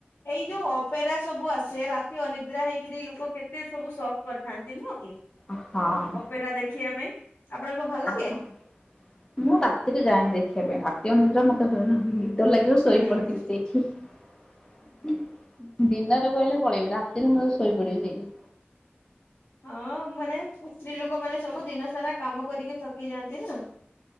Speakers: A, on the left (about 85°); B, on the left (about 20°).
A: ଏଇ ଯୋଉ ଅପେରା ସବୁ ଆସେ ରାତି ଅନିଦ୍ରା ହେଇକିର କେତେ ସବୁ ସପ କରିଥାନ୍ତି ନୁହଁ କି?
B: ହଁ ହଁ
A: ଅପେରା ଦେଖିବା ପାଇଁ, ଆପଣଙ୍କୁ ଭଲ ଲାଗେ?
B: ହଁ। ମୁଁ ରାତିରେ ଯାଏନି ଦେଖିବା ପାଇଁ ଅନିଦ୍ରା ମତେ ହୁଏନା ନିଦ ଲାଗିବ ଶୋଇ
A: ହୁଁ ହୁଁ ହୁଁ।
B: ପଡ଼ିଥିବି ସେଇଠି। ଦିନରେ କହିଲେ ପଳେଇବି ରାତିରେ ମୁଁ ଶୋଇ ପଡିବି ସେଇଠି।
A: ହଁ ମାନେ ସ୍ତ୍ରୀ ଲୋକମାନେ ସବୁ ଦିନ ସାରା କାମ କରିକି ଥକିଯାଆନ୍ତି। <unintelligible>